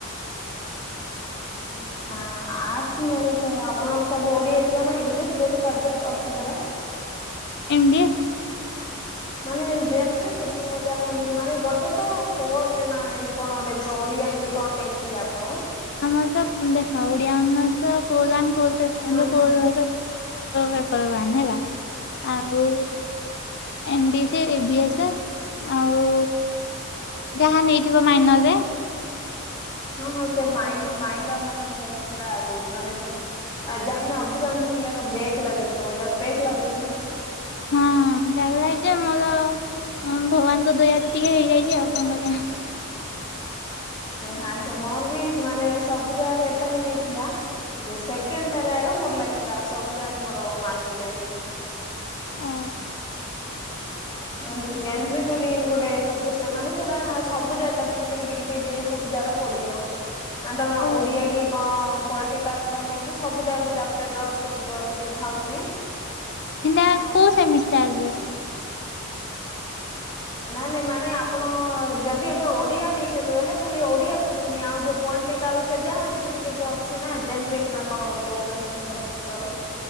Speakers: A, on the left; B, on the left.
A: ଓ ଆର୍ଟସ ନାହିଁ ତ। ଆପଣଙ୍କର ସବୁ ଓଡିଆ ଥିବ ନା ଇଂଲିଶ। ଗୋଟେ ସବଜେକ୍ଟ ଅଛି ପରା।
B: M DA.
A: ମାନେ ଜେନେରିକ ଯୋଉ ଜାଣିନାହାନ୍ତି କି। ମାନେ ଗୋଟେ ତ କୋର ବି ନା ଏ କଣ ଗୋଟେ ଯଡି ଆଗେ କଣ ନେଇଥିବେ ଆପଣ।
B: ଆମର ତ ଦେଖ ଓଡିଆ ଅନର୍ସ କୋଉ <unintelligible> କରିଥିବ
A: ହଁ
B: କଉରା
A: ହଁ।
B: ବେପାର ବାହାରିନି ହେଲା। ଆଉ ଏମ୍ ଡିସି ଇଭି ଏସେ ଆଉ ଯାହା ନେଇଥିବ ମାଇନର ରେ।
A: ହଁ ହଁ ସେ ମାଇଁ ମାଇଣ୍ଡ ନା କଣ ସେଇଟା ଆଗଉଛି ମାନେ ଯୋଉ ଆଉ ଯାଇନା ଅଧିକାଂଶ ପିଲାର ବେକ୍ ଲାଗିଯିବ। ଏଇଟାର ବେକ୍ ଲାଗୁଛି ନା।
B: ହଁ ବ୍ୟାଗ ଲାଇଟ ମୋର ହଁ ଭଗବାନଙ୍କ ଦୟାତି ଟିକେ ହେଇଯାଇଛି ଆଉ କଣ କରିବା।
A: ଫାଷ୍ଟେ ମୋର ବି ମାନେ ସବୁ ଜାଗାରେ ଏଟା ହେଇଯାଇଥିଲା। ଯୋଉ ସେକେଣ୍ଡଟାରେ ମୋର ଲାଗିଥିଲା। ଆଉ ସବୁ ଜାଗାରେ ମୋର ମାର୍କ ପଳେଇ ଆସିଥିଲା।
B: ଓହୋ।
A: ମାନେ ଯେ-ଯେମିତିରେ କିଣି ଗୋଟେ ମାନେ ସେଟା ସବୁଯାକ ଚାପ୍ଟର ଟିକେ-ଟିକେ-ଟିକେ ସବୁ ଯାର ପଡିବ।
B: <inaudible>
A: ଆ ତମେ
B: ଓ
A: ଓଡିଆ କି? କଣ ପଲିଟିକାଲ କଣ ନେଇଛ? ସବୁ ଯାହା ଯୋଉ ଚାପଟର ଯୋଉ ଟିକେ ଥାଉଛି।
B: ହେନା
A: ନା
B: କୋଉ ସେମିଷ୍ଟାର ରେ।
A: ନାଇଁ ନାଇଁ ମାନେ ଆପଣ ଯଦି ଏବେ ଓଡିଆ ନେଇଛନ୍ତି। ଗଲେ ଖାଲି ଓଡିଆ କନି ଆଉ ଯୋଉ ପଲ୍ଟିକାଲ ସେ ଯାହା ଟିକେ ଟିକେ ଯୋ ଅଛି ନା ଜେନେରିକ କଣ କହୁଛନ୍ତି ସେ ସବୁ। ତ